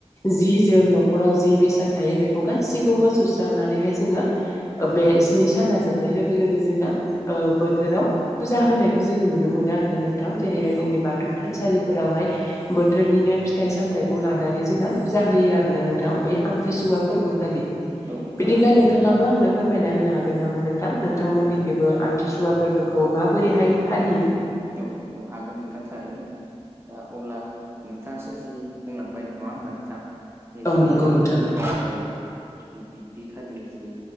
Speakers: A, on the left; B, on the right.
A: जि जोम न'खराव जि बेसाद थायो बेखौ गासैखौबो सुस्रांनानैहाय जोङो। बे स्नि साना जोबनाय लोगो लोगो जोंना बोथोराव फुजा होनायखौ जोङो नुनो मोनो आरोना नोंथां। जेरैहाय जोंनि
B: औ
A: बाथौ थानसालिफोरावहाय बोथोरनिनो फिथाइ सामथायाइखौ लानानै जोंना फुजा होयो आरोना नोंथां। बे आम थ्रिसुवा फोरबो खालि।
B: औ
A: बिदिब्ला
B: औ थारैनो
A: नोंथाङाबो आंनो फोरमायना होनो हागोन नामा नोंथां? थां नोंथांमोननिखैबो
B: औ
A: आमथिसुवा फोरबोखौ माबोरैहाय फालियो
B: औ औ हागोन नोंथां थारैनो। दा अब्ला नोंथाङासो जि बुंलांबाय नङा होमबा नोंथां जे
A: औ
B: जों
A: नंगौ
B: <unintelligible>
A: नोंथां
B: बि खालि जि